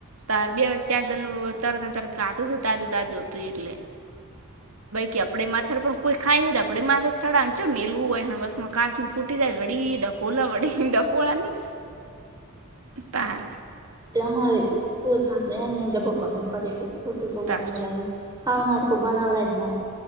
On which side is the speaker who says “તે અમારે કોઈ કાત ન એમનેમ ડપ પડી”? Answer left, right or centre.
Right